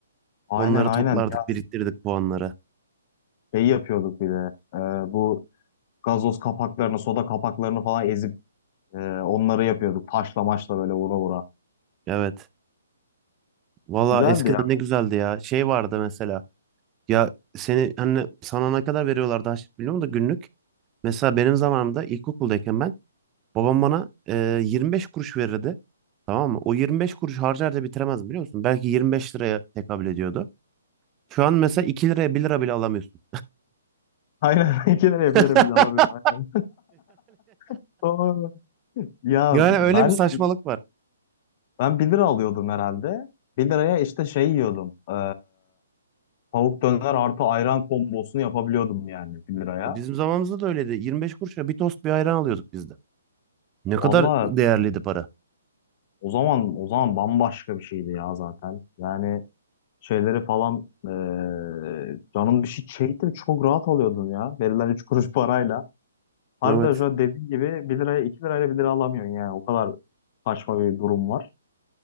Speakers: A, on the left (about 35°); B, on the right (about 20°).
A: Aynen
B: Onları
A: aynen.
B: toplardık,
A: Ya
B: biriktirdik puanları.
A: şey yapıyorduk bir de. Ee, bu gazoz kapaklarını, soda kapaklarını falan ezip e, onları yapıyorduk. Taşla maçla böyle vura vura.
B: Evet. Valla
A: Güzeldi
B: eskiden
A: ya.
B: ne
A: <laughs>
B: güzeldi ya. Şey vardı mesela. Ya seni hani sana ne kadar veriyorlardı biliyor musun da günlük? Mesela benim zamanımda ilkokuldayken ben Babam bana e, 25 kuruş verirdi. Tamam mı? O 25 kuruş harcar da bitiremezdim biliyor musun? Belki 25 liraya tekabül ediyordu. Şu an mesela 2 liraya bir lira bile alamıyorsun.
A: Aynen. İki lira yapılır
B: <laughs>
A: bile alamıyorum. Aynen. <laughs> Doğru. Ya
B: Yani,
A: ben
B: yani öyle bir saçmalık var.
A: Ben 1 lira alıyordum herhalde. 1 liraya işte şey yiyordum. Ee, tavuk döner artı ayran kombosunu yapabiliyordum yani 1 liraya.
B: Bizim zamanımızda da öyleydi. 25 kuruşa bir tost bir ayran alıyorduk biz de. Ne kadar
A: Valla
B: değerliydi para.
A: o zaman o zaman bambaşka bir şeydi ya zaten. Yani şeyleri falan ee, canım bir şey çekti mi çok rahat alıyordun ya. Verilen 3 kuruş <laughs> parayla. Harbiden
B: Evet.
A: şu an dediğin gibi 1 liraya 2 lirayla bir lira alamıyorsun yani. O kadar saçma bir durum var.